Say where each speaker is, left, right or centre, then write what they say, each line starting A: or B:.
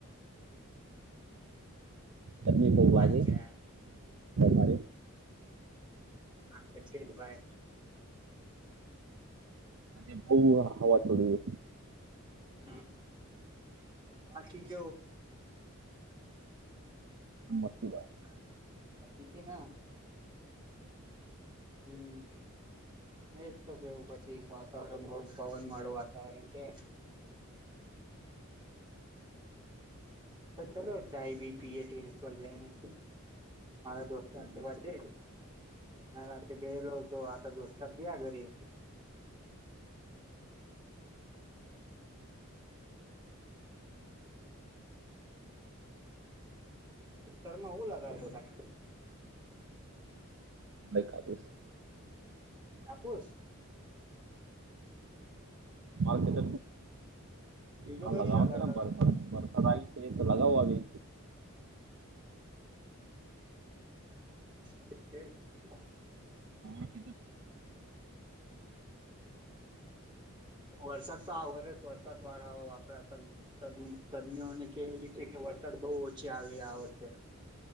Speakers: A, on the right (about 60°); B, on the right (about 20°).
A: ગરમી
B: શું
A: બહુ
B: વાત
A: લાગે
B: છે યાર
A: મારે
B: હા તોછી જ ભાઈ
A: જ બઉ હવા છોડી
B: હમ બાકી કેવો
A: <inaudible> <inaudible>
B: શ શાંતિ ના હમ એજ તો કેવું પછી વાતાવરણ બ‌ઉ પવન વાળું વાતાવરણ છે પર ચલો ચાય બી પીએ ટેરેસ્ટ પર જ‌ઈને મારા દોસ્તાર વાસ્તે એના રાતે બે લોગ તો આ દોસ્તાર ગયા ઘરે ખેતરમાં હું લગાયેલો તમે
A: કાઈ કાઢીશ ના
B: હાપુસ
A: માર્કેટ
B: બીજો
A: હ
B: કઈ
A: લગાવ
B: નઈ લગાડતા
A: છે નેરસાદ વરસાદ આવી છે તો લગાવો આવે
B: <inaudible> <inaudible>
A: <inaudible> <inaudible>
B: વરસાદ તો આ વર્ષ વરસાદ વાળા વાપરા ત તજને કેલી છે કે વરસાદ બહુ ઓછી આવી આ વખે